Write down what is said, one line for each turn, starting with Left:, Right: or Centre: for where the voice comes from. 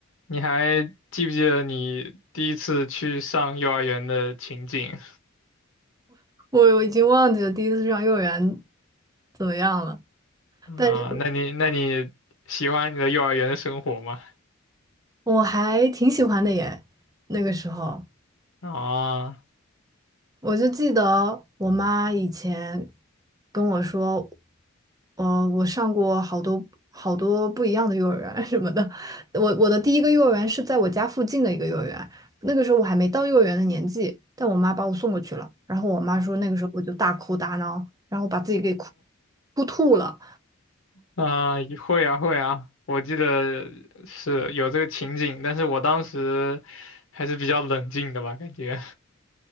Left: 你还记不记得你第一次去上幼儿园的情景
Right: 我我已经忘记了第一次上幼儿园怎么样了，
Left: 啊？
Right: 但是
Left: 那你那你喜欢你的幼儿园的生活吗？
Right: 我还挺喜欢的耶。那个时候，
Left: 啊
Right: 我就记得我妈以前跟我说，呃，我上过好多好多不一样的幼儿园 <laughs> 什么的。我我的第一个幼儿园是在我家附近的一个幼儿园，那个时候我还没到幼儿园的年纪，但我妈把我送过去了。然后我妈说，那个时候我就大哭大闹，然后把自己给哭哭吐了。
Left: 啊，会啊会啊，我记得是有这个情景，但是我当时还是比较冷静的吧，感觉。